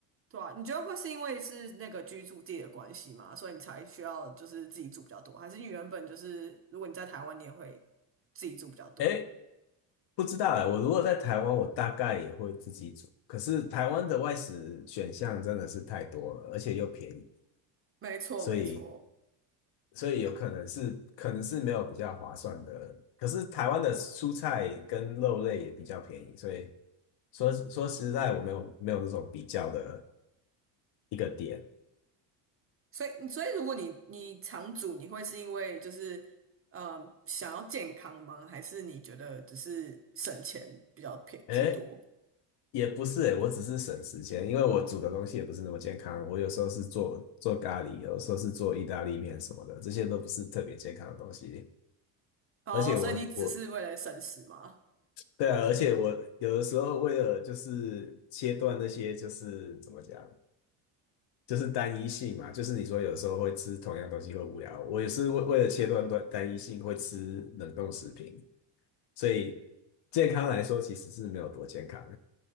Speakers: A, on the right; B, on the left.
A: 对啊？你觉得会是因为是那个居住地的关系吗？所以你才需要就是自己住比较多，还是你原本就是如果你在台湾，你也会自己住比较多？
B: 哎，不知道哎，我如果在台湾，我大概也会自己煮。可是台湾的外食选项真的是太多了，而且又便宜，
A: 没错，
B: 所以
A: 没错。
B: 所以有可能是可能是没有比较划算的。可是台湾的蔬菜跟肉类也比较便宜，所以说说实在，我没有没有那种比较的一个点。
A: 所以所以如果你你常煮，你会是因为就是嗯想要健康吗？还是你觉得只是省钱比较偏居多？
B: 哎，也不是哎，我只是省时间，因为我煮的东西也不是那么健康。我有时候是做做咖喱，有时候是做意大利面什么的，这些都不是特别健康的东西。
A: 哦，
B: 而且我我
A: 所以你只是为了省食吗？
B: 对啊，而且我有的时候为了就是切断那些就是怎么讲，就是单一性嘛，就是你说有时候会吃同样东西会无聊，我也是为为了切断断单一性会吃冷冻食品，所以健康来说其实是没有多健康，